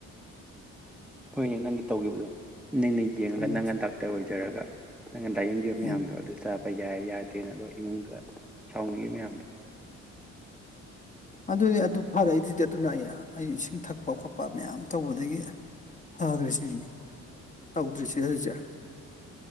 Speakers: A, in the centre; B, on the left.
A: ꯍꯣꯏꯅꯦ ꯅꯪꯒꯤ ꯇꯧꯈꯤꯕꯗꯣ ꯅꯪꯅ ꯌꯦꯡꯉꯒ
B: ꯎꯝ
A: ꯅꯪꯅ ꯗꯥꯛꯇꯔ ꯑꯣꯏꯖꯔꯒ ꯅꯪꯅ ꯂꯥꯏꯌꯦꯡꯈꯤꯕ ꯃꯌꯥꯝꯗꯣ
B: ꯎꯝ
A: ꯑꯗꯨ ꯆꯥꯕ ꯌꯥꯏ ꯌꯥꯗꯦꯅ ꯑꯗꯣ ꯏꯃꯨꯡꯗꯪ ꯁꯥꯎꯅꯈꯤꯕ ꯃꯌꯥꯝꯗꯣ
B: ꯑꯗꯨꯗꯤ ꯑꯗꯨ ꯐꯔꯦ ꯑꯗꯨꯗꯤ ꯑꯗꯨꯅ ꯑꯩ ꯑꯩ ꯏꯁꯤꯡ ꯊꯛꯄ ꯈꯣꯠꯄ ꯃꯌꯥꯝ ꯇꯧꯕꯗꯒꯤ ꯐꯒꯔꯤꯁꯤꯗꯤ ꯇꯧꯗ꯭ꯔꯤꯁꯤ ꯍꯧꯖꯤꯛ